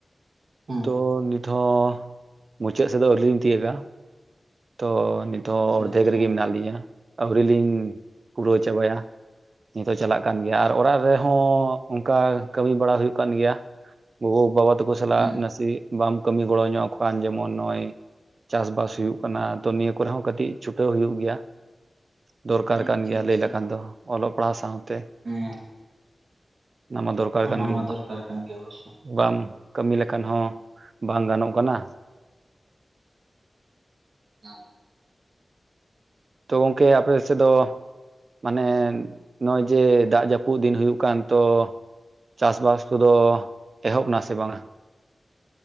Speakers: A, on the right (about 80°); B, on the right (about 65°).
A: ᱦᱩᱸ
B: ᱛᱚ ᱱᱤᱛ ᱦᱚᱸ ᱢᱩᱪᱟᱹᱫ ᱥᱮᱫ ᱫᱚ ᱟᱹᱣᱨᱤ ᱞᱤᱧ ᱛᱤᱭᱟᱜᱟ ᱛᱚ ᱱᱤᱛ ᱦᱚᱸ
A: ᱟᱪᱪᱷᱟ
B: ᱚᱨᱫᱷᱮᱠ
A: ᱟᱪᱪᱷᱟ
B: ᱨᱮᱜᱮ ᱢᱮᱱᱟᱜ ᱞᱤᱧᱟ ᱟᱹᱣᱨᱤ ᱞᱤᱧ ᱯᱩᱨᱟᱹᱣ ᱪᱟᱵᱟᱭᱟ ᱱᱤᱛᱚᱜ ᱪᱟᱞᱟᱜ ᱠᱟᱱ ᱜᱮᱭᱟ ᱟᱨ ᱚᱲᱟᱜ ᱨᱮᱦᱚᱸ ᱚᱝᱠᱟ ᱠᱟᱹᱢᱤ ᱵᱟᱲᱟ ᱦᱩᱭᱩᱜ ᱠᱟᱱ ᱜᱮᱭᱟ ᱜᱳᱜᱳ ᱵᱟᱵᱟᱼᱼ ᱛᱳ ᱠᱚ ᱥᱟᱞᱟᱜ
A: ᱦᱩᱸ
B: ᱱᱟᱥᱮ ᱵᱟᱢ ᱠᱟᱹᱢᱤ ᱜᱚᱲᱚ ᱧᱚᱜ ᱠᱷᱟᱱ ᱡᱮᱢᱚᱱ ᱱᱚᱜᱼᱚᱭ ᱪᱟᱥ ᱵᱟᱥ ᱦᱩᱭᱩᱜ ᱠᱟᱱᱟ ᱚᱱᱟ ᱛᱚ ᱱᱤᱭᱟᱹ ᱠᱚᱨᱮ ᱦᱚᱸ ᱠᱟᱹᱴᱤᱡ ᱪᱷᱩᱴᱟᱹᱣ ᱦᱩᱭᱩᱜ ᱜᱮᱭᱟ ᱫᱚᱨᱠᱟᱨ
A: ᱦᱩᱸ
B: ᱠᱟᱱ
A: ᱟᱪᱪᱷᱟ
B: ᱜᱮᱭᱟ
A: ᱟᱪᱪᱷᱟ
B: ᱞᱟᱹᱭ ᱞᱮᱠᱷᱟᱱ ᱫᱚ ᱚᱞᱚᱜ ᱯᱟᱲᱦᱟᱣ ᱥᱟᱶᱛᱮ
A: ᱦᱮᱸ
B: ᱚᱱᱟ ᱢᱟ ᱫᱚᱨᱠᱟᱨ
A: ᱚᱱᱟ
B: ᱠᱟᱱ ᱜᱮᱭᱟ
A: ᱢᱟ
B: ᱢᱟᱼᱼ
A: ᱫᱚᱨᱠᱟᱨ ᱠᱟᱱ ᱜᱮᱭᱟ ᱚᱵᱚᱥᱥᱳ
B: ᱵᱟᱢ ᱠᱟᱹᱢᱤ ᱞᱮᱠᱷᱟᱱ ᱦᱚᱸ ᱵᱟᱝ ᱜᱟᱱᱚᱜ ᱠᱟᱱᱟ
A: <inaudible>
B: ᱛᱚ ᱜᱚᱝᱠᱮ ᱟᱯᱮ ᱥᱮᱫ ᱫᱚ ᱢᱟᱱᱮ ᱱᱚᱜᱼᱚᱭ ᱡᱮ ᱫᱟᱜ ᱡᱟᱹᱯᱩᱫ ᱫᱤᱱ ᱦᱩᱭᱩᱜ ᱠᱟᱱ ᱛᱚ ᱪᱟᱥ ᱵᱟᱥ ᱠᱚᱫᱚ ᱮᱦᱚᱵ ᱮᱱᱟ ᱥᱮ ᱵᱟᱝᱟ